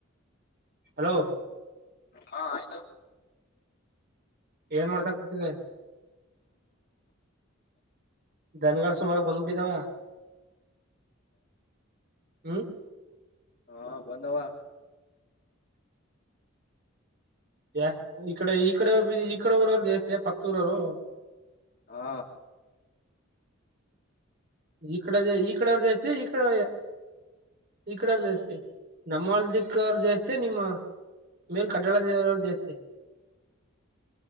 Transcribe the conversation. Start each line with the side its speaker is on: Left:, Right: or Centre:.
Right: ಹಲೋ
Left: ಹಾ ಆಯ್ತು
Right: ಏನ್ ಮಾಡ್ತಾ ಕೂತಿದೆ? ಧನಗ ಸುಮಾರಾಗ್ ಬಂದ್ಬಿಟ್ಟಿದ್ದಾವ, ಹ್ಮ್
Left: ಹಾ ಬಂದವಾ
Right: ಜಾಸ್ತಿ ಈ ಕಡೆ ಈ ಕಡೆ ಊರವ್ರು ಜಾಸ್ತಿಯ ಪಕ್ದ್ ಊರೋರು?
Left: ಹಾ
Right: ಈ ಕಡೆದೆ, ಈ ಕಡೆ ಅವ್ರ ಜಾಸ್ತಿ ಈ ಕಡೆ ಈ ಕಡೇವ್ರ ಜಾಸ್ತಿ ನಮ್ವಲ್ ದಿಕ್ಕವ್ರ್ ಜಾಸ್ತಿ ನಿಮ್ಮ ಮೇಲ್ ಕಟ್ಟೆ ಒಳ್ಗ್ ಇರೋವ್ರು ಜಾಸ್ತಿ